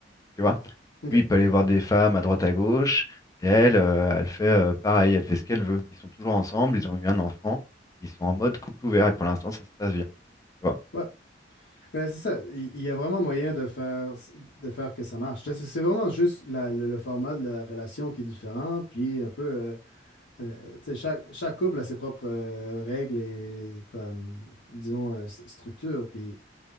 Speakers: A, on the left; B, on the left.
A: tu vois.
B: Ok.
A: Lui, il peut aller voir des femmes à droite à gauche. Et elle, euh, elle fait euh, pareil. Elle fait ce qu'elle veut. Ils sont toujours ensemble. Ils ont eu un enfant. Ils sont en mode couple ouvert. Et pour l'instant, ça se passe bien. Tu vois.
B: Ouais. Ben, c'est ça, il il y a vraiment moyen de faire, de faire que ça marche. Tu sais, C'est c'est vraiment juste la- le, le format de la relation qui est différent, puis un peu, euh, euh, tu sais, chaque, chaque couple a ses propres euh, règles et comme, disons, euh, s- structures. Puis